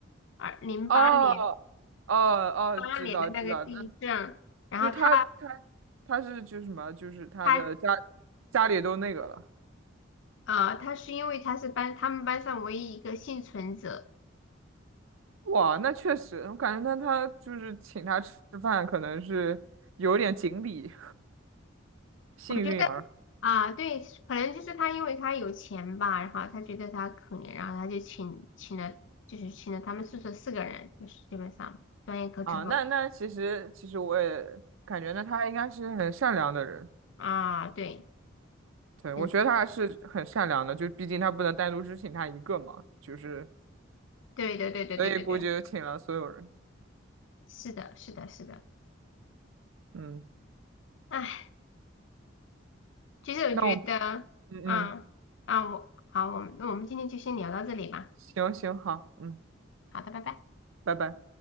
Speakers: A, on the left (about 65°); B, on the right (about 85°).
A: 二零八年
B: 哦哦哦，
A: 八年的那个地震，
B: 知道知道，那
A: 然后他
B: 就是他他他是就是什么，就是他的家
A: 他
B: 家里都那个了。
A: 呃他是因为他是班他们班上唯一一个幸存者，
B: 哇，那确实，我感觉他他就是请他吃饭，可能是有点锦鲤 <laughs> 幸运儿。
A: 我觉得啊对，可能就是他因为他有钱吧，然后他觉得他可怜，然后他就请请了就是请了他们宿舍四个人，就是基本上专业课之后
B: 啊，那那其实其实我也感觉呢，他应该是很善良的人。
A: 啊对，
B: 对，我觉得他还是很善良的，
A: 很
B: 就毕竟他不能单独只请他一个嘛，就是
A: 对对对对对对对。
B: 所以估计就请了所有人。
A: 是的，是的，是的。
B: 嗯，
A: 哎，其实我觉得，
B: 那我嗯嗯，
A: 嗯，啊，我好，我们那我们今天就先聊到这里吧。
B: 行行好，嗯，
A: 好的，拜拜。
B: 拜拜。